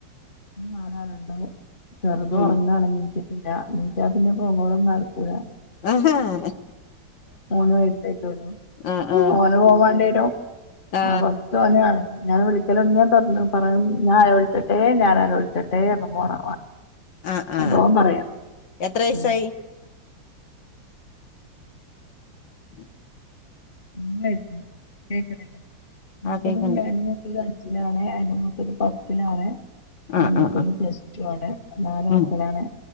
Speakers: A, on the left (about 30°); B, on the left (about 70°).
A: നാലാള്ണ്ട് ചെർതൊർങ്ങാണ്
B: ഉം
A: നീച് ഇല്ല നീറ്റാ പിന്നെ പൊങ്ങോളം നട്ക്കൂല
B: ആഹ് അഹ്
A: മൂന്ന് വയസായ്ട്ടൊള്ളു
B: ആ ആ
A: ഓന് ഫോണ് വാണ്ട്യരും.
B: ആ
A: ആഹ് ഫസ്റ്റോനാണ് ഞാൻ വിളി <unintelligible> പറയും ഞാൻ വലെ വിൾച്ചട്ടെ ഞാനോലെ വിൾച്ചട്ടെ അർഞ് പോണാ
B: ആ ആ
A: അതോ പറയാ
B: എത്ര വയസായി
A: ഉം
B: ഉം
A: ല്ലേ കേക്കേണില്ലെ മൂത്തവനും
B: ആ കേക്ക്ണ്ട്
A: ഞാനും ത് അഞ്ചിലാണ് അയ്ൻ്റെ മൂത്തത് പത്തിലാണ്. അയ്ൻ്റെ
B: ആ
A: മൂത്തത്
B: ആ ആ
A: പ്ലസ് ടു ആണ് നാല്
B: ഉം
A: മക്കളാണ്.